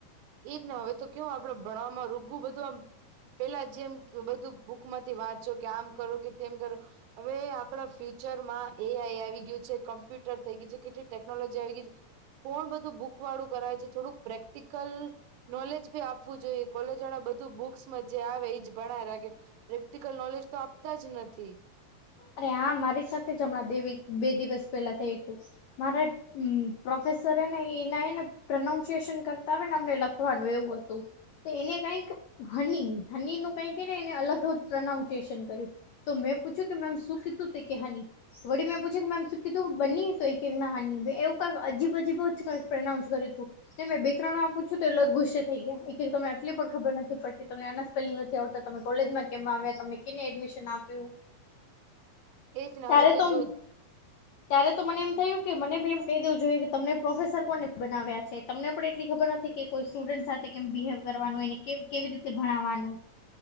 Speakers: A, on the right; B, on the left.
A: એજ ને હવે તો કેવું આપડે ભણવામાં રૂગુ બધું આ પેલા જેમ બધું બુક માંથી વાંચો કે આમ કરો કે તેમ કરો હવે આપણા ફ્યુચરમાં એ આઈ આવી ગયું છે કોમ્પ્યુટર થઈ ગયું છે કેટલી ટેકનોલોજી આવી ગઈ છે કોણ બધું બુક વાળું કરાવે છે થોડુંક પ્રેક્ટિકલ નોલેજ બી આપવું જોઈએ કોલેજ વાળા બધું બુક્સ માં જે આવે એજ ભણાય રાખે પ્રેક્ટિકલ નોલેજ તો આપતા જ નથી
B: અરે હા મારી સાથે જ હમણાં બે વીક બે દિવસ પેલા થયું તું મારે હમ પ્રોફેસર એને એના એને પ્રનાઉન્સિએેશન કરતા આવે ને અમને લખવાનું એવું હતું. તો એને કઈક હની હની નું કઈક હે ને એને અલગ પ્રોનાઉન્સિએેશન કર્યું. તો મેં પૂછ્યું કે મેમ શું કીધું તો કે હની. વડી મેં પૂછ્યું કે મેમ શું કીધું બની તો ઈ કે ના હની એવું કંઈક અજીબ અજીબ પ્રનાઉન્સ કર્યું તું. ત મેં બે ત્રણ વાર પૂછ્યું તો એ લોકો ગુસ્સે થઈ ગયા એક તને આટલી પણ ખબર નથી પડતી તમને આના સ્પેલિંગ નથી આવડતા, તમે કોલેજમાં કેમ આવ્યા, તમને કેને એડમિશન આપ્યું.
A: એજ ને
B: ત્યારે
A: હવે
B: તો
A: જો
B: ત્યારે તો મને એમ થયું કે મને બી એમ કહી દેવું જોઈએ કે તમને પ્રોફેસર કોને બનાવ્યા છે. તમને પણ એટલી ખબર નથી કે કોઈ સ્ટુડન્ટ સાથે કેમ બિહેવ કરવાનું, એને કે કેવી રીતે ભણાવવાનું.